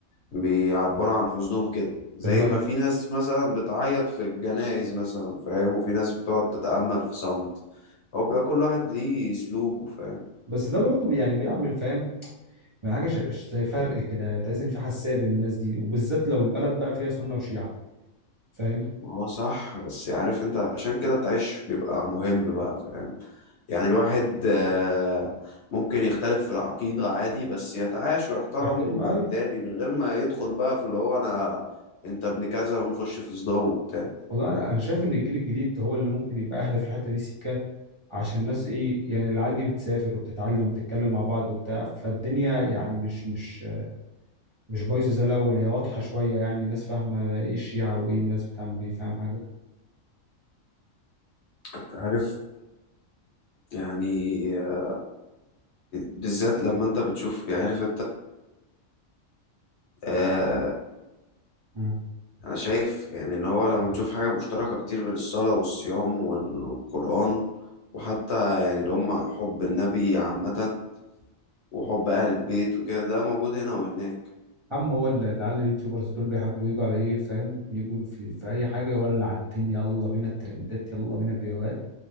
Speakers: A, on the left; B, on the right.
A: بيعبروا عن حزنهم كده زي
B: باللط
A: ما في ناس مثلا بتعيط في الجنائز مثلا فاهم وفي ناس بتقعد تتأمل في صمت هو بيبقى كل واحد ليه أسلوبه فاهم
B: بس ده برضو بي- يعني بيعمل فاهم يعني حاجة ش... ش- زي فرق كده تحس ان في حساسية بين الناس دي وبالذات لو البلد بقى فيها سنة وشيعة فاهم
A: ما هو صح بس عارف أنت عشان كده تعيش بيبقى مهم بقى فاهم يعني الواحد آه، ممكن يختلف في العقيدة عادي بس يتعايش ويحترم
B: واحترم ايوه
A: التاني من غير ما يدخل بقى في اللي هو أنا أنت ابن كذا ونخش في صدام وبتاع
B: والله انا أنا شايف ان الجيل الجديد هو اللي ممكن يبقى اهدى في الحته دي سيكا عشان الناس ايه يعني العيال دي بتسافر وبتتعلم وبتتكلم مع بعض وبتاع فالدنيا يعني مش مش مش بايظه زي الاول هي واضحه شويه يعني الناس فاهمه ايه الشيعه وايه الناس بتعمل ايه فاهم حاجه
A: أنت عارف يعني آه، بالذات لما أنت بتشوف يعني عارف آه،
B: مم.
A: أنا شايف يعني إن هو لما بتشوف حاجة مشتركة كتير بين الصلاة والصيام والقرآن وحتى يعني اللي هم حب النبي عامة وحب أهل البيت وكده ده موجود هنا وهناك
B: عم هو ال- العيال اليوتيوبرز دول بيحبوا يجوا على ايه فاهم يجوا في, في اي حاجه يولع الدنيا يلا بينا الترندات يلا بينا فيوهات